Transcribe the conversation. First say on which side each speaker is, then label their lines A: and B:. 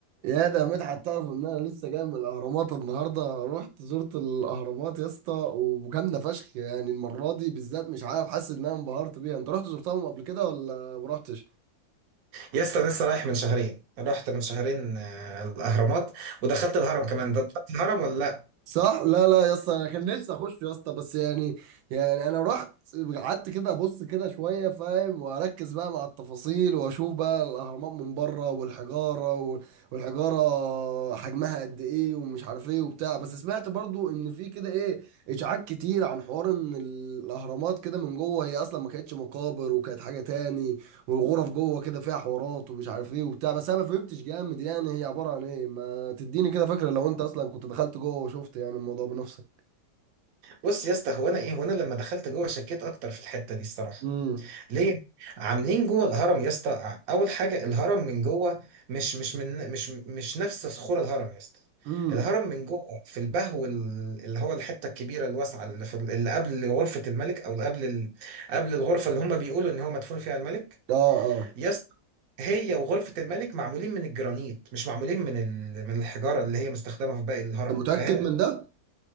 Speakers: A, on the right; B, on the right.
A: يا ده مدحت تعرف ان انا لسه جاي من الاهرامات النهارده رحت زرت الاهرامات يا اسطى وجامده فشخ يعني المره دي بالذات مش عارف حاسس ان انا انبهرت بيها انت رحت زرتهم قبل كده ولا ما رحتش؟
B: يا اسطى أنا لسه رايح من شهرين رحت من شهرين آه، الاهرامات ودخلت الهرم كمان ده دخلت الهرم ولا لا
A: صح لا لا يا اسطى انا كان نفسي اخش يا اسطى بس يعني يعني انا رحت قعدت كده ابص كده شويه فاهم واركز بقى مع التفاصيل واشوف بقى الاهرامات من بره والحجاره وال- والحجاره حجمها قد ايه ومش عارف ايه وبتاع بس سمعت برضو ان في كده ايه اشاعات كتير عن حوار ان الاهرامات كده من جوه هي اصلا ما كانتش مقابر وكانت حاجه تاني والغرف جوه كده فيها حوارات ومش عارف ايه وبتاع بس انا ما فهمتش جامد يعني هي عباره عن ايه تديني كده فكرة لو انت اصلا كنت دخلت جوه وشفت يعني الموضوع بنفسك
B: بص يا اسطى هو انا ايه هو انا لما دخلت جوه شكيت اكتر في الحته دي الصراحه
A: امم
B: ليه عاملين جوه الهرم يا اسطى ع- اول حاجه الهرم من جوه مش مش من مش مش نفس صخور الهرم يا اسطى
A: امم
B: الهرم من جوه في البهو ال- اللي هو الحته الكبيره الواسعه اللي, في ال- اللي قبل غرفه الملك او اللي قبل ال... قبل الغرفه اللي هم بيقولوا ان هو مدفون فيها الملك
A: اه اه
B: يس هي وغرفة الملك معمولين من الجرانيت مش معمولين من ال... من الحجارة اللي هي مستخدمة في باقي الهرم
A: انت متأكد
B: فاهم؟
A: من ده